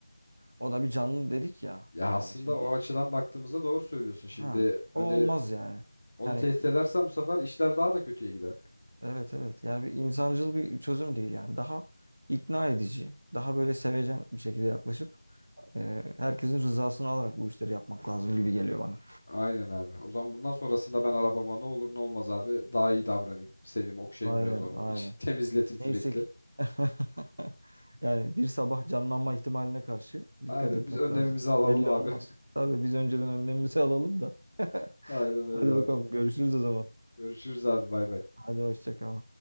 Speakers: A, on the right; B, on the left.
A: O da bir canlı dedik ya.
B: Ya
A: Yani
B: aslında
A: şimdi
B: o açıdan baktığımızda doğru söylüyorsun. Şimdi
A: Ha,
B: hani
A: o olmaz yani.
B: onu
A: Yani
B: tehdit edersen bu sefer işler daha da kötüye gider.
A: evet evet. Yani bir insancıl bir çözüm değil yani. Daha ikna edici, daha böyle sevecen bir şekilde yaklaşıp e, herkesin rızasını alarak bu işleri yapmak lazım gibi geliyor bana.
B: Aynen abi. O zaman bundan sonrasında ben arabama ne olur ne olmaz abi daha iyi davranayım. Seveyim, okşayayım
A: Aynen,
B: biraz onu.
A: aynen.
B: <laughs> İç- Temizletim sürekli.
A: Neyse ki <laughs> yani bir sabah canlanma ihtimaline karşı dikkat
B: Aynen
A: etmek
B: biz önlemimizi
A: lazım.
B: alalım
A: Belli
B: abi.
A: olmaz. Tabii biz önceden önlemimizi alalım da. <laughs>
B: <laughs> Aynen öyle
A: Hadi
B: abi.
A: bakalım görüşürüz o zaman.
B: Görüşürüz abi bay bay.
A: Hadi hoşça kal.